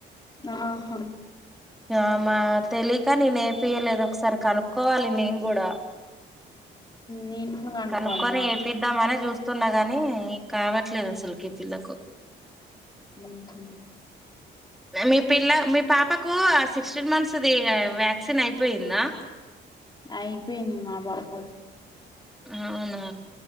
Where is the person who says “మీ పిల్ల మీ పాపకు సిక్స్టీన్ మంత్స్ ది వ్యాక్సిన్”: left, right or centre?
Centre